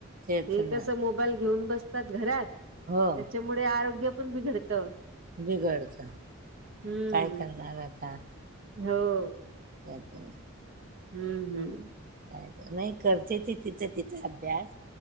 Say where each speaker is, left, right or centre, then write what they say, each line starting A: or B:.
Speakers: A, on the right; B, on the right.
A: ते
B: हे
A: तर
B: कसं मोबा मोबाईल घेऊन बसतात घरात,
A: हो
B: त्याच्यामुळे आरोग्य पण बिघडत.
A: बिघडत,
B: हम्म
A: काय करणार आता.
B: हो.
A: त्या तरा
B: हम्म हम्.
A: काय पण नाही करते ती, तिचं तिचां अभ्यास.